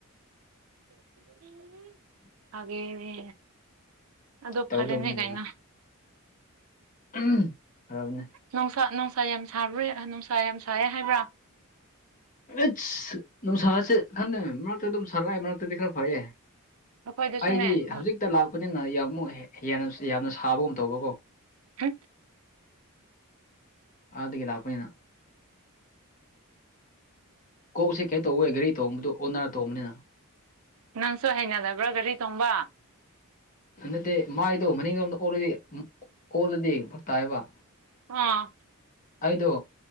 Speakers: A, on the right (about 70°); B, on the left (about 35°).
A: <unintelligible> ꯍꯥꯏꯦ ꯑꯗꯣ
B: ꯇꯧꯗꯧꯅꯤ
A: ꯐꯔꯦꯅꯦ ꯀꯥꯏꯅ
B: ꯀꯩꯅꯣ ꯎꯝ ꯐꯔꯞꯅꯦ
A: ꯅꯨꯡꯁꯥ ꯅꯨꯡꯁꯥ ꯌꯥꯝ ꯁꯥꯕ꯭ꯔꯣꯏ ꯅꯨꯡꯁꯥ ꯌꯥꯝ ꯁꯥꯏꯌꯦ ꯍꯥꯏꯕ꯭ꯔꯥ
B: ꯑꯩꯁ ꯅꯨꯡꯁꯥꯥꯁꯦ ꯈꯟꯗꯦꯅꯦ ꯃꯔꯛꯇ ꯑꯗꯨꯝ ꯁꯥ ꯂꯛꯑ ꯃꯔꯛꯇꯗꯤ ꯈꯔ ꯐꯩꯌꯦ
A: ꯑꯩꯈꯣꯏꯗꯁꯨꯅꯦ
B: ꯑꯩꯗꯤ
A: ꯍꯝ
B: ꯍꯧꯖꯤꯛꯇ ꯂꯥꯛꯄꯅꯤꯅ ꯌꯥꯝꯛ ꯌꯥꯝꯅ ꯁꯥꯕꯒꯨꯝ ꯇꯧꯕꯀꯣ
A: ꯍ
B: ꯑ ꯑꯗꯨꯗꯒꯤ ꯂꯥꯛꯄꯅꯤꯅ ꯀꯣꯛꯁꯦ ꯀꯩ ꯇꯧꯋꯦ ꯒꯥꯔꯤ ꯇꯣꯡꯕꯗꯨ ꯑꯣꯅꯥꯔ ꯇꯣꯡꯕꯅꯤꯅ
A: ꯅꯪꯁꯨ ꯍꯩꯅꯗꯕ꯭ꯔꯥ ꯒꯥꯔꯤ ꯇꯣꯡꯕ
B: ꯅꯠꯇꯦ ꯃꯥꯏꯗꯣ ꯃꯅꯤꯡꯗꯣ ꯑꯝꯗ ꯑꯣꯜꯂꯗꯤ ꯑꯣꯜꯂꯗꯤ ꯐꯛꯛꯇꯥꯏꯕ
A: ꯑꯥ
B: ꯑꯗꯣ